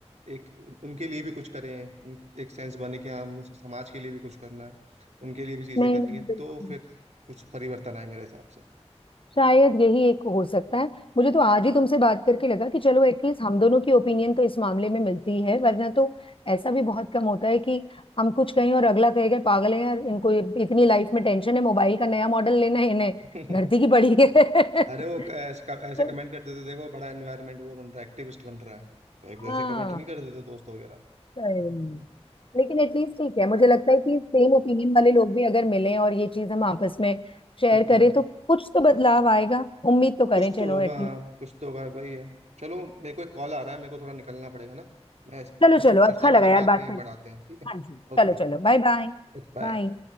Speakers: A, on the right; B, on the left.
A: एक उन- उनके लिए भी कुछ करें उन एक सेंस बने कि हाँ हमने समाज के लिए भी कुछ करना है उनके लिए भी चीजें
B: नहीं
A: करनी
B: नहीं,
A: है
B: बिल्कुल
A: तो फिर कुछ परिवर्तन आए मेरे हिसाब से
B: शायद यही एक हो सकता है मुझे तो आज ही तुमसे बात करके लगा कि चलो एटलीस्ट हम दोनों की ओपिनियन तो इस मामले में मिलती है वरना तो ऐसा भी बहुत कम होता है कि हम कुछ कहें और अगला कहेगा पागल है यार इनको ये- इतनी लाइफ में टेंशन है मोबाइल का नया मॉडल लेना है इन्हें
A: <laughs>
B: धरती की पड़ी है
A: अरे वो
B: <laughs>
A: क- ऐसे क- ऐसे
B: तो
A: कमेंट कर देते देखो बड़ा एनवायरनमेंट वो बन रहा है एक्टिविस्ट बन रहा है
B: हाँ
A: तो ऐसे कमेंट नहीं कर देते दोस्त वगैरह
B: सही
A: हम्म।
B: में। लेकिन एटलीस्ट ठीक है मुझे लगता है कि सेम ओपिनियन वाले लोग भी अगर मिलें और ये चीज हम आपस में शेयर
A: हम्म,
B: करें तो कुछ तो बदलाव आएगा उम्मीद तो करें
A: कुछ
B: चलो
A: तो होगा
B: एटलीस्ट
A: हाँ कुछ तो होगा वही है चलो मेरे को एक कॉल आ रहा है मेरे को थोड़ा निकलना पड़ेगा ना मैं इस-
B: चलो
A: बस
B: चलो
A: चर्चा
B: अच्छा
A: को
B: लगा
A: अपन
B: यार
A: बाद
B: बात
A: में
B: करके
A: बढ़ाते हैं ठीक है
B: हाँ जी
A: ओके
B: चलो चलो बाय बाय
A: Okay bye
B: बाय